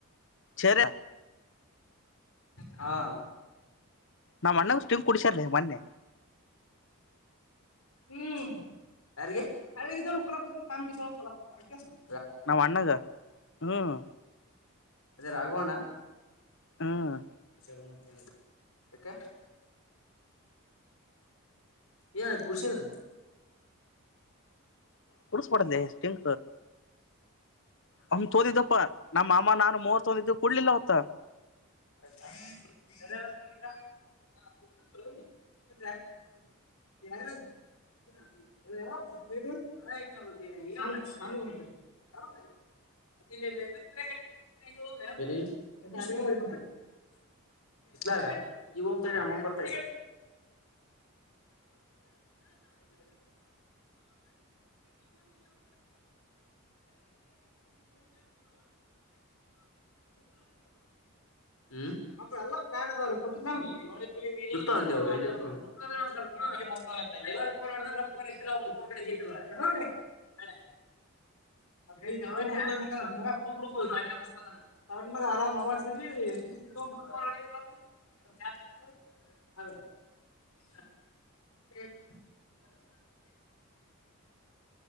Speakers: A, on the left; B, on the left.
A: ಚಹರೆ
B: ಹಾ
A: ನಮ್ಮ ಅ್ಣಗ್ುಿ್ ಕುಡಸರ್ಲಿ ಮೊೆ
B: ಹ್ಮ ಸ ಕಳಗೆ ತವನಫಲ ಕೊಡ್ತ ತಮ್ಮ ಭಫಲ ಕೊಡ್ತ
A: ನಾ ವ್ಣಾಗ ಹ್ಮ್
B: ಅದೇ ರಾಘವೋಣ
A: ಹ್ಮ್
B: ಯಾಕ ಏನಯ್ತು ಕುಡ್ಸಿದ್ರ
A: ಕುಡಸು ಮಾಡಡಂದೆ್ಟಿಂ ಹ ೋಡಿ ದಪ್ಪಾರ ನಮ್ಮ ಮಾಮ ನಾನು ಮೂವತ್ತೊಂದ ಇದ ಕುಡ್ಲಿಲ್ಲ ಅವತ್ತ,
B: ಎಲ್ಲೀಅಲಂತ ಮಾನಿಕ್ ಯಾರ್ಯಾರಹೋಗತೀರ್ ಇಲ ಇ ಅಮ್ಮ ಬರ್ತ ಹಿಮ್ಮ ಹ